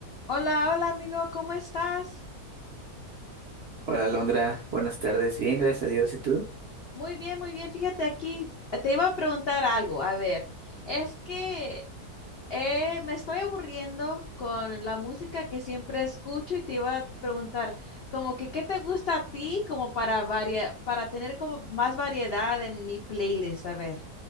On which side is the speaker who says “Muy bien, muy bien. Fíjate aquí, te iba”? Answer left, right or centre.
Left